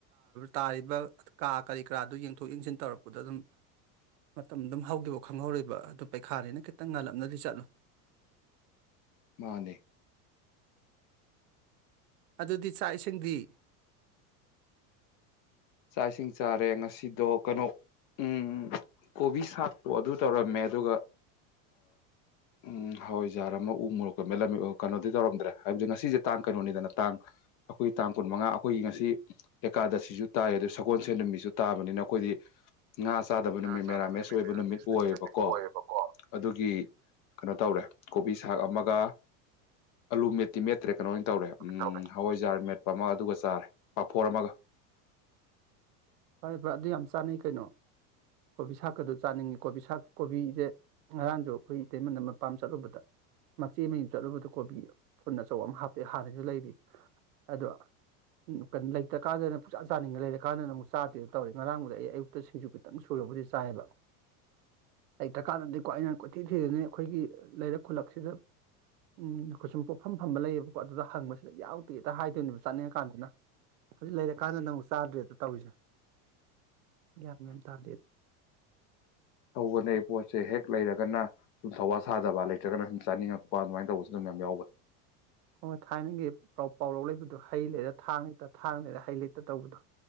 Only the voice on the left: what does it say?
ꯃꯥꯅꯦ
ꯆꯥꯏꯁꯤꯡ ꯆꯥꯔꯦ ꯉꯁꯤꯗꯣ ꯀꯩꯅꯣ ꯎꯝ ꯀꯣꯕꯤ ꯁꯥꯥꯛꯇꯣ ꯑꯗꯨ ꯇꯧꯔꯝꯃꯦ ꯑꯗꯨꯒ ꯎꯝ ꯍꯋꯥꯏꯖꯥꯔ ꯑꯃ ꯎ ꯃꯣꯔꯣꯛꯀ ꯃꯂꯝꯃꯤ ꯀꯩꯅꯣꯗꯤ ꯇꯧꯔꯝꯗ꯭ꯔꯦ ꯍꯥꯏꯕꯗꯤ ꯉꯁꯤꯁꯦ ꯇꯥꯡ ꯀꯩꯅꯣꯅꯤꯗꯅ ꯇꯥꯡ ꯑꯩꯈꯣꯏ ꯇꯥꯡ ꯀꯨꯟ ꯃꯉꯥ ꯑꯩꯈꯣꯏꯒꯤ ꯉꯁꯤ ꯀꯥꯗ ꯁꯤꯁꯨ ꯇꯥꯏ ꯑꯗꯨ ꯁꯒꯣꯜꯁꯦꯟ ꯅꯨ ꯃꯤꯁꯨ ꯇꯥꯕꯅꯤꯅ ꯑꯩꯈꯣꯏꯗꯤ ꯉꯥ ꯆꯥꯗꯕ
ꯅꯨꯃꯤꯠ
ꯃꯦꯔꯥꯃꯦꯁ
ꯑꯣꯏꯕ
ꯅꯨꯃꯤꯠ
ꯑꯣꯏꯌꯦꯕꯀꯣ
ꯑꯗꯨꯒꯤ ꯀꯩꯅꯣ ꯇꯧꯔꯦ ꯀꯣꯕꯤ ꯁꯥꯛ ꯑꯃꯒ ꯑꯂꯨ ꯃꯦꯇꯤꯃꯦꯠ ꯅꯠꯇ꯭ꯔꯦ ꯀꯩꯅꯣ ꯑꯣꯏꯅ ꯇꯧꯔꯦ
ꯍꯋꯥꯏꯖꯥꯔꯃꯦꯠ ꯑꯃꯒ ꯑꯗꯨꯒ ꯆꯥꯔꯦ ꯄꯥꯐꯣꯔ ꯑꯃꯒ
ꯇꯧꯕꯅꯦ ꯄꯣꯠꯁꯦ ꯍꯦꯛ ꯂꯩꯔꯒꯅ ꯁꯨꯝ ꯊꯧꯋꯥ ꯁꯥꯖꯕ ꯂꯩꯇ꯭ꯔꯒꯅ ꯁꯨꯝ ꯆꯥꯅꯤꯡꯉꯛꯄ ꯑꯗꯨꯃꯥꯏꯅ ꯇꯧꯕꯁꯨ ꯑꯗꯨꯝ ꯃꯌꯥꯝ ꯌꯥꯎꯕꯅꯤ